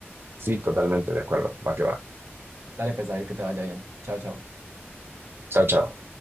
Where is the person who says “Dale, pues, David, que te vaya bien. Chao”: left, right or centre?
Right